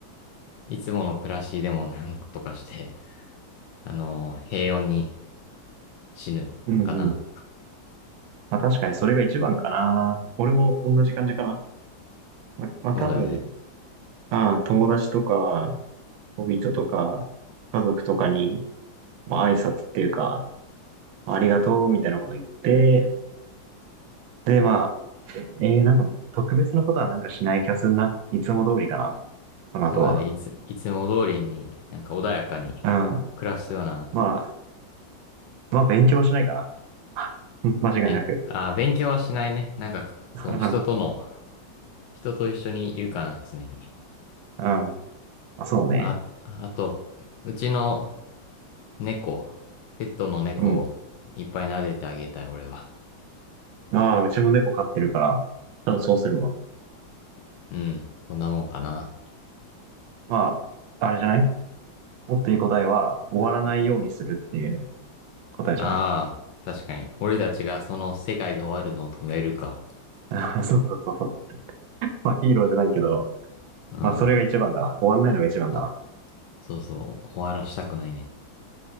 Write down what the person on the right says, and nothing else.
うんうん。まあ確かにそれが一番かな。俺も同じ感じかな。ま、まあ多分、
ああ、友達とか、恋人とか、家族とかに、まあ挨拶っていうか、まありがとうみたいなこと言って、でまあ、えー、なんか特別なことはなんかしない気がするな。いつも通りかな。その後は。
うん。
まあ、まあ、勉強はしないかな。<laughs> 間違いなく。
<laughs>
うん。まあ、そうね。
うん。
ああ、うちも猫飼ってるから、多分そうするわ。
まあ、あれじゃないもっといい答えは、終わらないようにするっていう答えじゃない
<laughs> そうそうそうそう。まあ、ヒーローじゃないけど、
まあ、それが一番だわ。終わんないのが一番だわ。